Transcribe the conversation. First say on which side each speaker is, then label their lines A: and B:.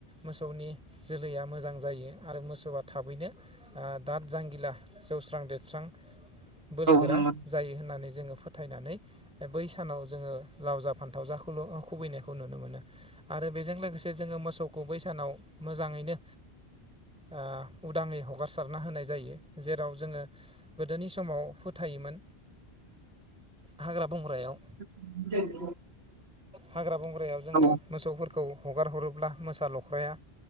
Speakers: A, in the centre; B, on the right.
A: मोसौनि जोलैया मोजां जायो। आरो मोसौआ थाबैनो ओ दाद जांगिला जौस्रां देरस्रां। बोलोग्रा
B: नंगौ
A: जायो होननानै जोङो फोथायनानै बै सानाव जोङो जा फान्थाव जाखौल' खुबैनायखौ नुनो मोनो आरो बेजों लोगोसे जोङो मोसौखौ बै सानाव मोजाङैनो ओ उदाङै हगारसारना होनाय जायो। जेराव जोङो गोदोनि समाव फोथायोमोन हाग्रा
B: <inaudible>
A: बंग्रायाव हाग्रा बंग्रायाव जोङो
B: औ
A: मोसौफोरखौ हगार हरोब्ला मोसा लख्राया